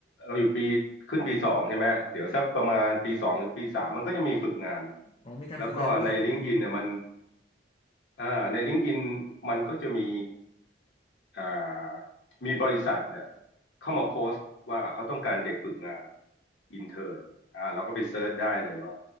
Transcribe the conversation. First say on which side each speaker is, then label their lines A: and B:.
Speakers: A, on the left; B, on the left.
A: เราอยู่ปีขึ้นปีสองใช่ไหมเดี๋ยวสักประมาณปีสองหรือปีสามมันก็จะมีฝึกงาน
B: อ๋อ มีการฝึกงานด้วยอ๋อ
A: แล้วก็ในลิงก์อินเนี่ยมันอ่าในลิงก์อินมันก็จะมีอ่ามีบริษัทเนี่ยเข้ามาโพสต์ว่าเขาต้องการเด็กฝึกงานอินเทอร์นอ่าเราก็ไปเซิร์ชได้เลยว่า